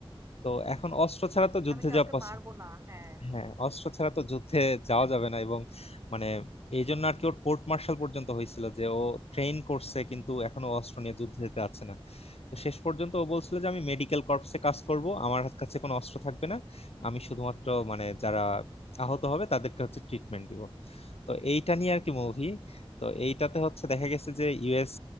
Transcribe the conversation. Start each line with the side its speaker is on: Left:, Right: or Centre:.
Left: তো এখন অস্ত্র ছাড়া তো যুদ্ধে
Right: আমি কাউকে
Left: যাওয়া possible
Right: মারবো না হ্যাঁ
Left: হ্যাঁ অস্ত্র ছাড়া তো যুদ্ধে যাওয়া
Right: মানে
Left: যাবে না এবং মানে এই জন্য আর কি ওর কোর্ট মার্শাল পর্যন্ত হয়েছিল যে ও ট্রেন করছে কিন্তু এখনো অস্ত্র নিয়ে যুদ্ধে যেতে যাচ্ছে না তো শেষ পর্যন্ত ও বলছিল যে আমি মেডিকেল কর্পসে কাজ করব আমার হাত- কাছে কোনো অস্ত্র থাকবে না আমি শুধুমাত্র মানে যারা আহত হবে তাদেরকে হচ্ছে ট্রিটমেন্ট দিব তো এইটা নিয়ে আর কি মুভি তো এইটাতে হচ্ছে দেখা গেছে যে ইউএস